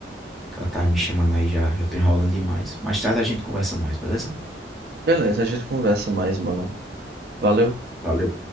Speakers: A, in the centre; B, on the right.
A: que ela tava me chamando aí já, eu tô enrolando demais. Mais tarde a gente conversa mais, beleza?
B: Beleza, a gente conversa mais, mano. Valeu.
A: Valeu.